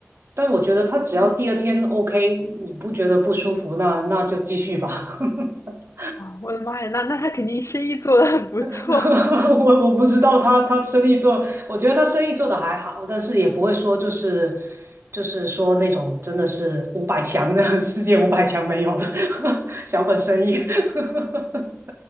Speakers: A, on the right; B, on the left.
A: 但我觉得他只要第二天
B: 嗯，
A: OK，你不觉得不舒服，那那就继续吧。<laughs>
B: 啊，我的妈呀，那那他肯定生意做得很不错。
A: <laughs> 我我不知道他他生意做，我觉得他生意做的还好，但是也不会说就是就是说那种真的是五百强的 <laughs> 世界五百强没有的 <laughs> 小本生意。<laughs>